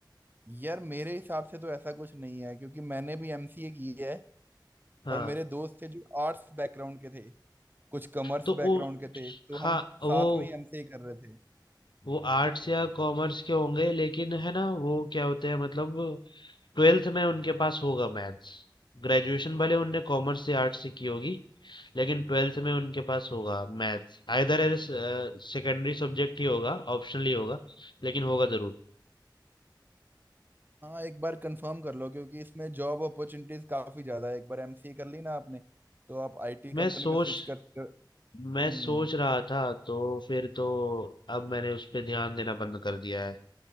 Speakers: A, on the right; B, on the left.
A: यार मेरे हिसाब से तो ऐसा कुछ नहीं है क्योंकि मैंने भी एमसीए की है
B: हाँ
A: और मेरे दोस्त थे जो आर्ट्स बैकग्राउंड के थे कुछ कॉमर्स
B: तो
A: बैकग्राउंड
B: वो
A: के थे तो
B: हाँ
A: हम
B: वो
A: साथ में ही एमसीए कर रहे थे
B: वो आर्ट्स या कॉमर्स के होंगे लेकिन है ना वो क्या होते हैं मतलब ट्वेल्थ में उनके पास होगा मैथ्स ग्रेजुएशन भले उनने कॉमर्स से आर्ट्स से की होगी लेकिन ट्वेल्थ में उनके पास होगा maths either as secondary subject ही होगा ऑप्शनल ही होगा लेकिन होगा जरूर
A: हाँ एक बार कंफर्म कर लो क्योंकि इसमें जॉब अपॉर्चुनिटीज काफी ज्यादा है एक बार एमसीए कर ली ना आपने तो आप आईटी
B: मैं
A: कंपनी
B: सोच
A: में स्विच कर कर-
B: मैं
A: हम्म
B: सोच रहा था तो फिर तो अब मैंने उस पे ध्यान देना बंद कर दिया है